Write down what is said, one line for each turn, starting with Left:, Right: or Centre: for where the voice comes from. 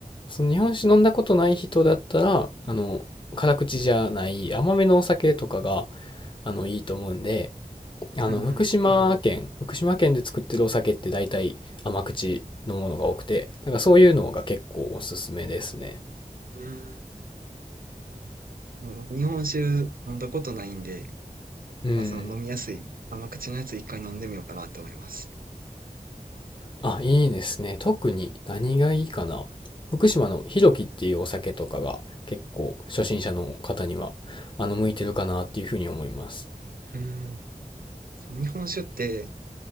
Left: その日本酒飲んだことない人だったら、あの、辛口じゃない甘めのお酒とかが、あの、いいと思うんで、あの、
Right: うんうん。
Left: 福島県、福島県で作ってるお酒って大体甘口のものが多くて、だからそういうのが結構おすすめですね。
Right: うーんその日本酒飲んだことないんで、
Left: うん。
Right: まあ、その飲みやすい甘口のやつ一回飲んでみようかなって思います。
Left: あ、いいですね。特に何がいいかな。福島のひろきっていうお酒とかが結構初心者の方には、あの、向いてるかなっていうふうに思います。
Right: うん。その日本酒って